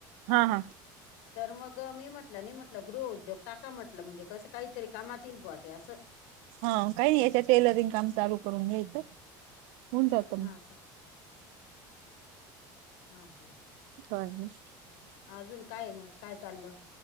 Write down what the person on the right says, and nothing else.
हा हा
हा काही नाही याच्या टेलरिंग काम चालू करून घ्यायचं. होऊन जातं
ह <unintelligible>